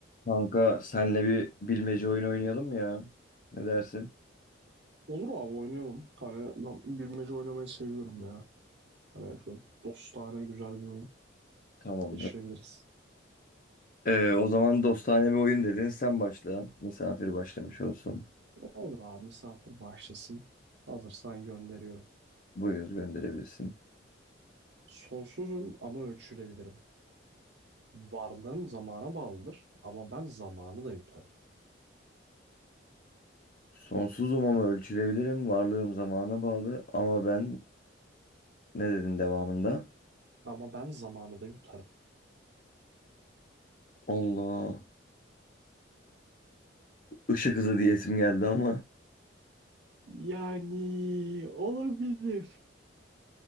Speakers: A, on the left (about 45°); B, on the right (about 65°).
A: Kanka senle bir bilmece oyun oynayalım mı ya? Ne dersin?
B: Olur abi oynayalım. Hani ben bilmece oynamayı seviyorum ya. Hani şöyle dostane güzel bir oyun
A: Tamamdır.
B: geçirebiliriz.
A: Ee, o zaman dostane bir oyun dedin. Sen başla. Misafir başlamış olsun.
B: Olur abi misafir başlasın. Hazırsan gönderiyorum.
A: Buyur gönderebilirsin.
B: Sonsuzum ama ölçülebilirim. Varlığım zamana bağlıdır ama ben zamanı da yutarım.
A: Sonsuzum ama ölçülebilirim. Varlığım zamana bağlı. Ama ben ne dedin devamında?
B: Ama ben zamanı da yutarım.
A: Allah. Işık hızı diyesim geldi ama.
B: Yani olabilir.